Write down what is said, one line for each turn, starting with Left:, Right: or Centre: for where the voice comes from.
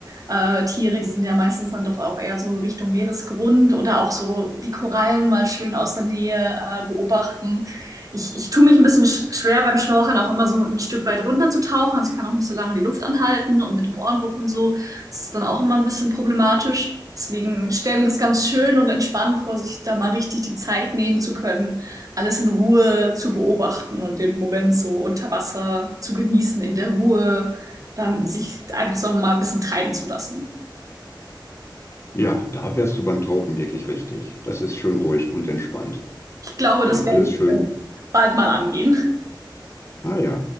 Right: äh, Tiere, die sind ja meistens dann doch auch eher so Richtung Meeresgrund oder auch so die Korallen mal schön aus der Nähe äh, beobachten. Ich, ich tue mich ein bisschen sch schwer beim Schnorcheln auch immer so ein Stück weit runterzutauchen, also ich kann auch nicht so lange die Luft anhalten und mit dem Ohrenwurf und so. Das ist dann auch immer ein bisschen problematisch. Deswegen, stelle mir das ganz schön und entspannt vor, sich da mal richtig die Zeit nehmen zu können, alles in Ruhe zu beobachten und den Moment so unter Wasser zu genießen, in der Ruhe, dann sich einfach so mal ein bisschen treiben zu lassen.
Left: Ja, da wärst du beim Tauchen wirklich richtig. Das ist schön ruhig und entspannt.
Right: Ich glaube,
Left: Kann
Right: das
Left: man
Right: werde
Left: alles
Right: ich
Left: schön,
Right: äh, bald mal angehen.
Left: ah ja.